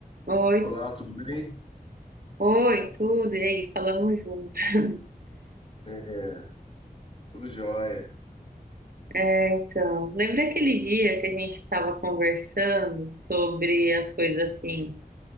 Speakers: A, on the right; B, on the left.
A: Oi,
B: Olá,
A: tu-
B: tudo bem?
A: oi, tudo, e aí, falamos junto. <laughs>
B: É, tudo jóia.
A: É, então, lembra aquele dia que a gente estava conversando sobre as coisas assim